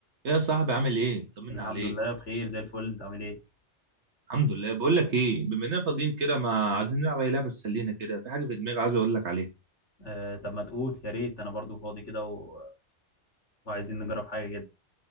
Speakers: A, on the right (about 70°); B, on the left (about 85°).
A: يا صاحبي عامل ايه طمنا
B: الحمد
A: عليك
B: لله بخير زي الفل انت عامل ايه
A: الحمد لله بقول لك ايه بما اننا فاضيين كده ما عايزين نلعب اي لعبه تسلينا كده في حاجه في دماغي عايز اقول لك عليها
B: آه، طب ما تقول يا ريت انا برضو فاضي كده و... وعايزين نجرب حاجه كده